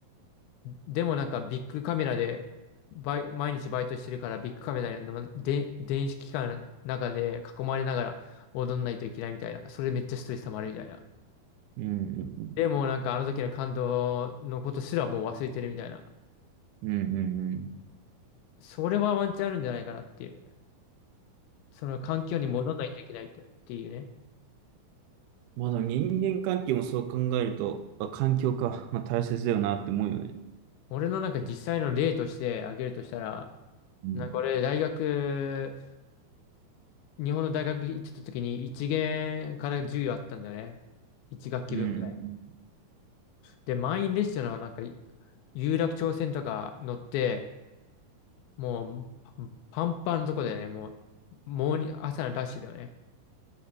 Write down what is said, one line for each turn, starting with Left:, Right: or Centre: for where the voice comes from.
Left: でもなんかビッグカメラで、バイ、毎日バイトしてるからビッグカメラので電子機関の中で囲まれながら踊んないといけないみたいな。それめっちゃストレス溜まるみたいな。
Right: うんうんうん。
Left: でもなんかあの時の感動のことすらもう忘れてるみたいな。
Right: うんうんうん。
Left: それはワンチャンあるんじゃないかなっていう。その環境に戻らないといけないとっていうね。
Right: まだ人間関係もそう考えると、あ、環境か。まあ大切だよなって思うよね。
Left: 俺のなんか実際の例として挙げるとしたら、
Right: うん。
Left: なんか俺大学、日本の大学行ってた時に1限から10あったんだよね。1学期分くらい。
Right: うん。うん。
Left: で、満員列車のなんか有楽町線とか乗って、もうパンパンのとこだよね。もう、もうに朝のラッシュだよね。